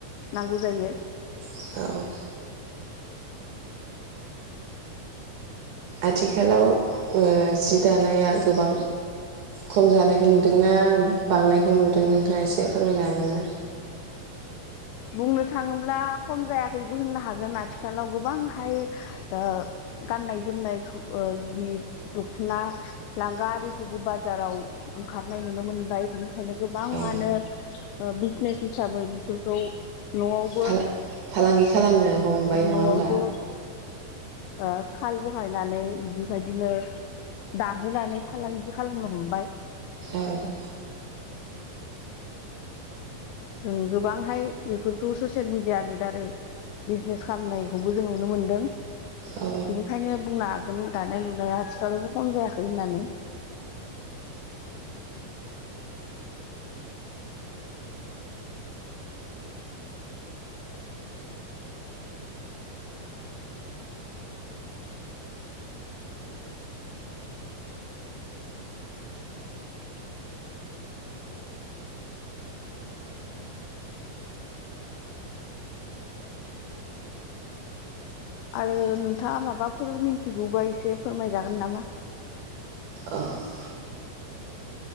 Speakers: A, on the left; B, on the right.
A: नांगौ जायो ।
B: औ औ आथिखालाव ओ जि दानाया गोबां खम जानायखौ नुदोंनाा बांनायखौ नुदों नोंथाङा एसे फोरमायनो हागोन ना?
A: बुंनो थाङोब्ला खम जायाखैबो होननो हागोन आथिखालाव गोबांहाय ओ गाननाय जोमनायखौ ओ बि दख'ना लांगा आरिखौबो बाजाराव ओंखारनाय नुनो मोनबाय बेनिखायनो गोबाङानो
B: औ
A: ओ बिजनेस हिसाबै बिसोरखौ नआवबो
B: फाला फालांगि खालामनो हमबाय
A: न'आवबो
B: नङा होमबा?
A: ओ खाल बहायनानै बेबायदिनो दाहोनानै फालांगि खालामनो हमबाय ।
B: औ ।
A: ओम गोबांहाय बेफोरखौ ससियेल मिडियानि दारै बिजनेस खालामनायखौबो जों नुनो मोनदों
B: औ
A: बेनिखायनो बुंनो हागोन दानाय लुनाया आथिखालावबो खम जायाखै होननानै । <inaudible> आरो नोंथाङा माबाफोर मिथिगौबा एसे फोरमायजागोन नामा?
B: ओ ।